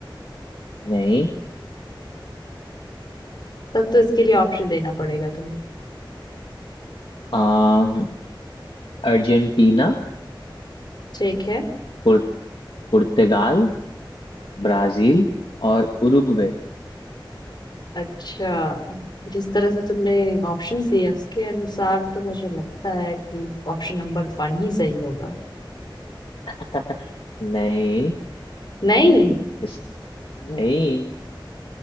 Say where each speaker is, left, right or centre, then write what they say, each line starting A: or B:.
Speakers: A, on the left; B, on the left.
A: नहीं
B: तब तो इसके लिए ऑप्शन देना पड़ेगा तुम्हें
A: अम, अर्जेंटीना
B: ठीक है
A: पुर, पुर्तगाल ब्राजील और उरुग्वे
B: अच्छा जिस तरह से तुमने ऑप्शंस दिए उसके अनुसार तो मुझे लगता है कि ऑप्शन नंबर वन ही सही होगा
A: <laughs> नहीं
B: नहीं
A: इस नहीं